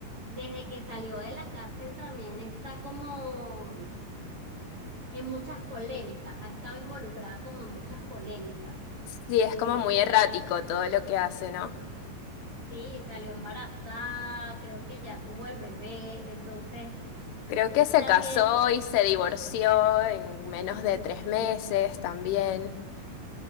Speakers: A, on the right; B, on the left.
A: desde que salió de la cárcel también está como mm, en muchas polémicas, ha estado involucrada como en muchas polémicas.
B: Sí, es
A: Eh,
B: como muy errático todo lo que hace, ¿no?
A: Sí, salió embarazada, creo que ya tuvo el bebé, entonces
B: Creo que se
A: también
B: casó y se divorció en menos de tres meses también.